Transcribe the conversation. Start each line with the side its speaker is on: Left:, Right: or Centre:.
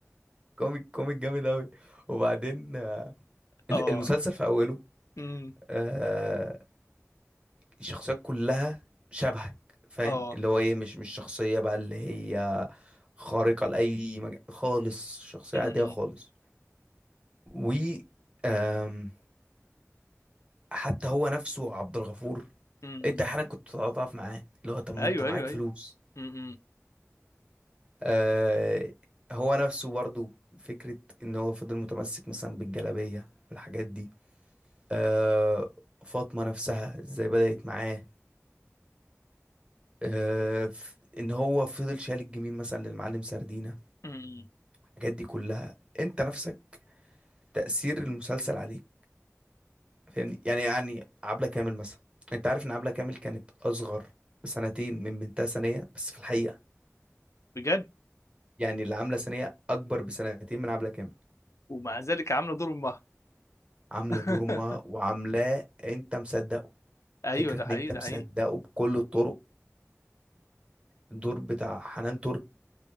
Right: كوميك كوميك جامد أوي وبعدين آه،
Left: اه
Right: ال- المسلسل في أوله
Left: امم
Right: آه الشخصيات كلها شبهك فاهم
Left: اه
Right: اللي هو ايه مش مش شخصية بقى اللي هي خارقة لأي مج... خالص شخصية
Left: امم
Right: عادية خالص و آم، حتى هو نفسه عبد الغفور
Left: امم
Right: انت احيانا كنت بتتعاطف معاه اللي هو طب ما
Left: ايوه
Right: انت معاك
Left: ايوه
Right: فلوس
Left: ايوه امم
Right: آه هو نفسه برضو فكرة ان هو فضل متمسك مثلا بالجلابية الحاجات دي آه، فاطمة نفسها ازاي بدأت معاه آه، ف- ان هو فضل شايل الجميل مثلا للمعلم سردينة
Left: امم
Right: الحاجات دي كلها انت نفسك تأثير المسلسل عليك فاهمني يعني يعني عبلة كامل مثلا انت عارف ان عبلة كامل كانت اصغر سنتين من بنتها سنية بس في الحقيقة
Left: بجد
Right: يعني اللي عاملة سنية اكبر بسنتين من عبلة كامل
Left: ومع ذلك عامله دور امها
Right: عاملة
Left: <laughs>
Right: دور امها وعاملاه انت مصدقه
Left: ايوه
Right: فكرة
Left: ده
Right: ان
Left: حقيقي
Right: انت
Left: ده
Right: مصدقه
Left: حقيقي
Right: بكل الطرق الدور بتاع حنان ترك